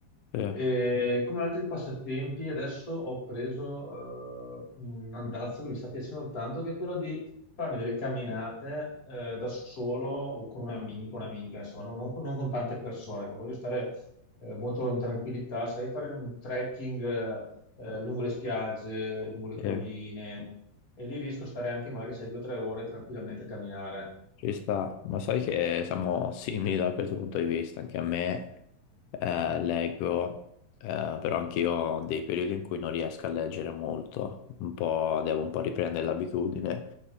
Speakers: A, on the left; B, on the left.
A: sì,
B: E come altri passatempi, adesso ho preso eh, un andazzo che mi sta piacendo tanto, che è quello di farmi delle camminate eh, da solo o con un amico, un'amica, insomma, non, non con non con tante persone, poi voglio stare eh, molto in tranquillità, sai, fare un trekking eh, eh, lungo le spiagge, lungo le
A: sì,
B: colline, e lì riesco a stare anche magari, sai, due o tre ore tranquillamente a camminare.
A: ci sta. Ma sai che siamo simili da questo punto di vista. Anche a me eh, leggo, eh, però anch'io ho dei periodi in cui non riesco a leggere molto. Un po', devo un po' riprendere l'abitudine.